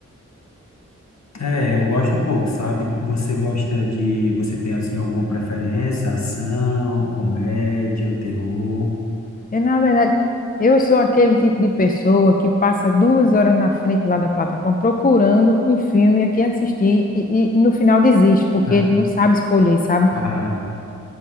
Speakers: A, on the left; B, on the left.
A: É, eu gosto um pouco, sabe? Você gosta de, você tem assim alguma preferência? Ação, comédia, terror?
B: É, na verdade, eu sou aquele tipo de pessoa que passa duas horas na frente lá da plataforma procurando um filme aqui assistir e, e no final desiste, porque
A: Ah,
B: não sabe escolher, sabe?
A: ah,